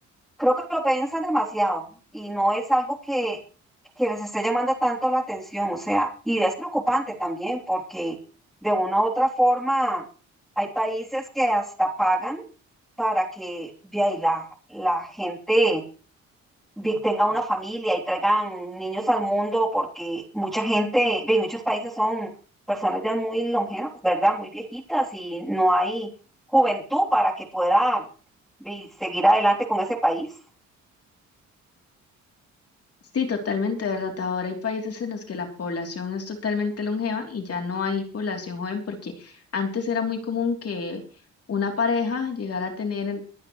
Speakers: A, in the centre; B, on the left.
A: creo que lo piensan demasiado y no es algo que, que les esté llamando tanto la atención, o sea, y es preocupante también porque de una u otra forma hay países que hasta pagan para que vea, y la, la gente vi- tengan una familia y traigan niños al mundo, porque mucha gente, ve, en muchos países son personas ya muy longevas, ¿verdad? Muy viejitas y no hay juventud para que pueda ve, seguir adelante con ese país.
B: Sí, totalmente, ¿verdad? Ahora hay países en los que la población es totalmente longeva y ya no hay población joven porque antes era muy común que una pareja llegara a tener